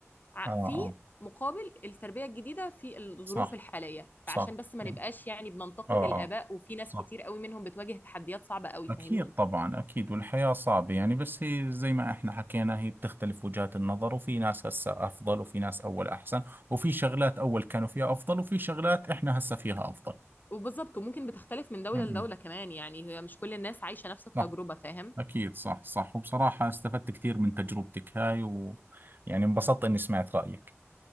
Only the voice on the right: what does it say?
اه اه
صح
صح
يعني
اه
اه
صح
أكيد
طبعا أكيد والحياة صعبة يعني بس هي زي ما إحنا حكينا هي بتختلف وجهات النظر وفي ناس هسا أفضل وفي ناس أول أحسن وفي شغلات أول كانوا فيها أفضل وفي شغلات إحنا هسا فيها أفضل
م-
م.
صح
أكيد صح صح وبصراحة استفدت كثير من تجربتك هاي ويعني انبسطت إني سمعت رأيك